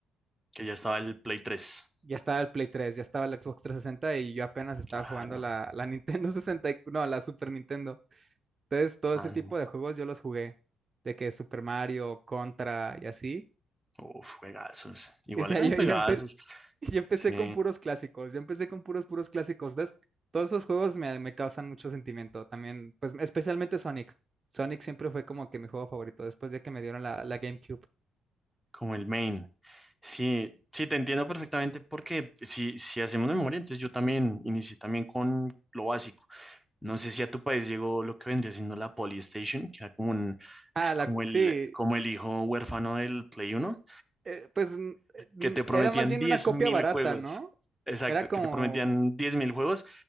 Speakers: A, in the centre; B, on the right.
A: que ya estaba el Play 3.
B: Ya estaba el Play 3, ya estaba el Xbox 360 y yo apenas estaba
A: Claro,
B: jugando la, la <laughs> Nintendo sesenta y no, la Super Nintendo. Entonces, todo
A: ah,
B: ese
A: no.
B: tipo de juegos yo los jugué, de que Super Mario, Contra y así.
A: Uf, juegazos. Igual
B: <laughs> O sea,
A: eran
B: yo,
A: juegazos.
B: yo, empe- <laughs> yo empecé
A: Sí.
B: con puros clásicos, yo empecé con puros, puros clásicos, ¿ves? Todos esos juegos me, me causan mucho sentimiento también, pues especialmente Sonic. Sonic siempre fue como que mi juego favorito después de que me dieron la, la GameCube.
A: como el main. Sí, sí, te entiendo perfectamente porque si, si hacemos memoria, entonces yo también inicié también con lo básico. No sé si a tu país llegó lo que vendría siendo la Polystation, que era como un, <laughs>
B: Ah,
A: ah,
B: la,
A: como
B: sí,
A: el, como el hijo huérfano del Play Uno,
B: eh, pues n- eh, n-
A: que te prometían
B: era más bien
A: diez
B: una copia
A: mil
B: barata,
A: juegos.
B: ¿no?
A: Exacto,
B: Era como,
A: que te prometían 10.000 juegos